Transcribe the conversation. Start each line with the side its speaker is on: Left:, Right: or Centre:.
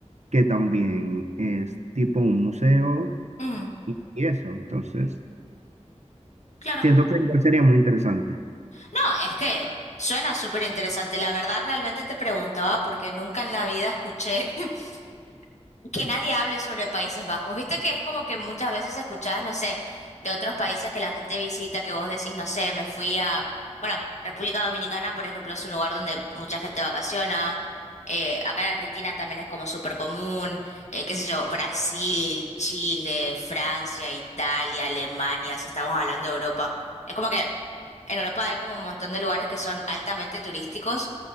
Right: que también es tipo un museo
Left: Mm,
Right: y eso, entonces
Left: claro.
Right: siento que igual sería muy interesante.
Left: No, es que suena súper interesante. La verdad, realmente te preguntaba porque nunca en la vida escuché <laughs> que nadie hable sobre Países Bajos. Viste que es como que muchas veces escuchás, no sé, de otros países que la gente visita, que vos decís, no sé, me fui a, bueno, República Dominicana, por ejemplo, es un lugar donde mucha gente vacaciona. Eh, acá en Argentina también es como súper común, eh, qué sé yo, Brasil, Chile, Francia, Italia, Alemania, si estamos hablando de Europa. Es como que en Europa hay como un montón de lugares que son altamente turísticos,